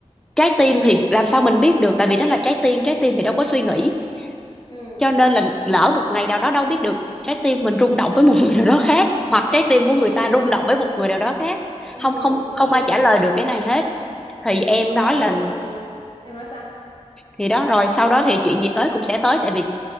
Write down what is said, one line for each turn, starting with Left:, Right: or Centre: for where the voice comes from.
Centre: trái tim thì làm sao mình biết được tại vì đó là trái tim trái tim thì đâu có suy nghĩ
Left: ừ
Centre: cho nên là lỡ một ngày nào đó đâu biết được trái tim mình rung động với một người nào đó khác hoặc trái tim
Left: ừ
Centre: của người ta rung động với một người nào đó khác
Left: ừ
Centre: không không
Left: cũng
Centre: không
Left: có lý
Centre: ai trả lời được cái này hết thì em
Left: rồi
Centre: nói
Left: sau cuối
Centre: là
Left: cùng ờ, em nói sao
Centre: thì đó rồi sau đó thì chuyện gì tới cũng sẽ tới tại vì